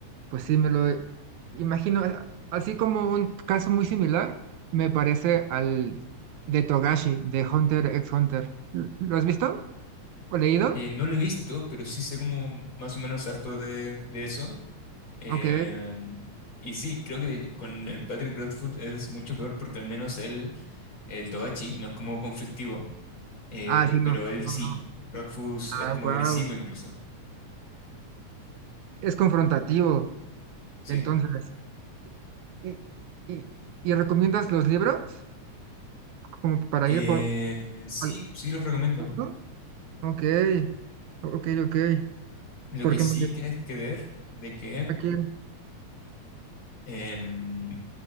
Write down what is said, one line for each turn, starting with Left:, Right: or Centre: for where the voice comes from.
Right: pues sí, me lo imagino, eh, así como un caso muy similar, me parece al de Togashi, de Hunter x Hunter. ¿Lo lo has visto o leído?
Left: Eh, no lo he visto, pero sí sé como más o menos harto de, de eso. Em,
Right: Ok,
Left: y sí, creo que con el Patrick Redfoot es mucho peor porque al menos él El Togashi no es como conflictivo, eh,
Right: ah, sí,
Left: pero
Right: no,
Left: él
Right: no,
Left: sí.
Right: no.
Left: Rodfus
Right: ah,
Left: es como
Right: wow,
Left: agresivo incluso.
Right: es confrontativo.
Left: Sí.
Right: Entonces, ¿y, y- y recomiendas los libros como para
Left: Eh,
Right: ir por
Left: sí,
Right: al-
Left: sí los recomiendo.
Right: alguno? Ok, ok, ok.
Left: Lo
Right: Porque
Left: que sí
Right: me
Left: tienes que ver de que
Right: aquí,
Left: em,